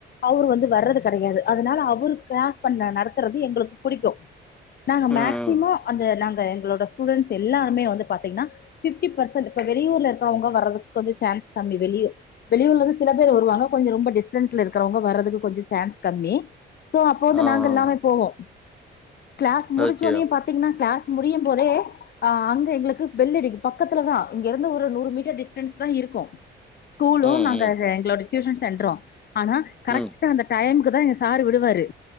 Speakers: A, on the left; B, in the centre.
A: அவர் வந்து வர்றது கடையாது அதனால அவர் கிளாஸ் பண்ண நடத் துறது எங்களுக்கு புடிக்கும் நாங்க
B: ம், ம்.
A: மேக்சிமோ அந்த நாங்க எங்களோட ஸ் டூடன்ஸ் எல்லாருமே வந்து பாத்தீங்கன்னா பிப்டி பர்சன்ட் இப்ப வெளியூர்ல இருக்கவங்க வரதுக்கு கொஞ்சோ சான்ஸ் கம்மி வெளிய வெளியூர்லந்து சில பேர் வருவாங்க கொஞ்சம் ரொம்ப டிஸ்டன்ஸ்ல இருக்கறவங்க வர்றதுக்கு கொஞ்சோ சான்ஸ் கம்மி சோ அப்ப வந்து
B: ஆ,
A: நாங்க
B: ஆ.
A: எல்லாமே போவோம் கிளாஸ் முடிச்சோனே
B: ஓகே.
A: பாத் திங்கனா க்ளாஸ் முடியும் போதே ஆ அங்க எங்களுக்கு பெல் அடிக்கு பக்கத்துல தா இங்க இருந்து ஒரு நூறு மீட்டர் டிஸ்டன்ஸ் தா இருக்கு ஸ்கூலு
B: ம், ம்,
A: நாங்க எங்களோட டியூஷன் சென்று ஆனா கரெக்ட்
B: ம்,
A: ட்டா அந்த டைமுக்கு தா எங்க சார் விடுவாரு